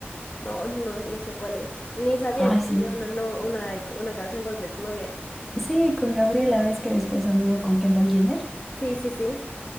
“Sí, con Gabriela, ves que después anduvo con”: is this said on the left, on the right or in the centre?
Centre